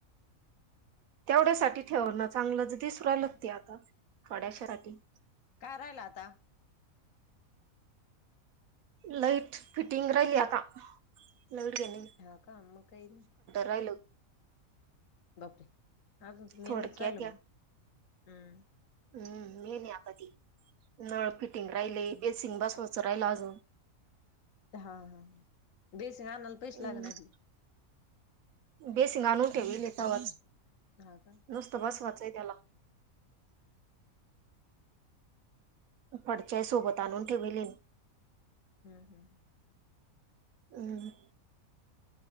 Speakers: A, on the right; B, on the left.
A: तेवढ्यासाठी ठेवण चांगलच दिसु रायलक ते आता थोड्याशासाठी
B: काय राहिल आता
A: लाईट फिटिंग राहिली आता लाईट घेणय.
B: ह का म काई नाई
A: रायलं
B: बापरे! अजून त मेनच
A: थोडक्यात
B: रायल म हम्म
A: अम्म मेन ये आता ते नळ फिटिंग राहिले बेसिंग बसवाच राहिल अजून
B: हा हा बेसिंग आनाला पैसे
A: हम्म
B: लागन आधी
A: बेसिंग आणून ठेविले तवाच
B: हा का
A: नुसत बसवाचय त्याला
B: हम्म
A: फडच्याही सोबत आणून ठेविलेय मी
B: हूं हूं
A: हम्म